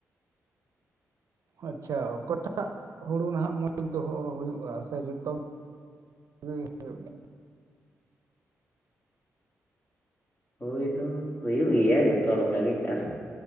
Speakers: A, on the right; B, on the left.
A: ᱟᱪᱪᱷᱟ ᱚᱠᱟᱴᱟᱜ ᱦᱩᱲᱩ ᱱᱟᱦᱟᱜ ᱢᱚᱸᱡᱽ ᱫᱚᱦᱚ ᱦᱩᱭᱩᱜᱼᱟ ᱥᱮ ᱡᱚᱛᱚ <inaudible>
B: ᱦᱩᱭ ᱫᱚ ᱦᱩᱭᱩᱜ ᱜᱮᱭᱟ ᱡᱚᱛᱚ ᱞᱮᱠᱟᱜ ᱜᱮ ᱪᱟᱥ